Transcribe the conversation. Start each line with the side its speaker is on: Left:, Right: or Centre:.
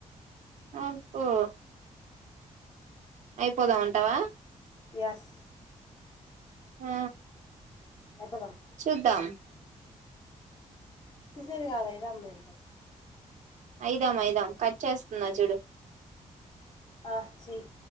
Right: అబ్బో అయిపోదామంటావా
Left: ఎస్
Right: ఆ
Left: అయిపోదాం
Right: చూద్దాం
Left: చూసేది కాదులే అయిదాంలే
Right: అయిదాం, అయిదాం కట్ చేస్తున్న, చూడు
Left: ఆ చేయ్